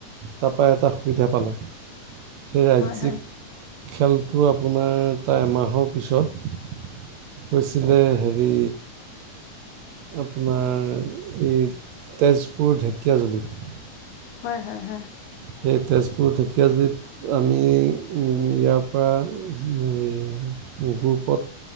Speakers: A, on the right; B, on the left.
A: তাৰপা এটা সুবিধা পালে। সেই ৰাজ্যিক
B: হয় হয়
A: খেলটো আপোনাৰ, তাৰ এমাহৰ পিছত হৈছিলে হেৰি আপোনাৰ, এই তেজপুৰ ঢেকীয়াজুলিত।
B: হয় হয় হয়।
A: সেই তেজপুৰ ঢেকীয়াজুলিত। আমি ইয়াৰ পৰা গ্ৰুপত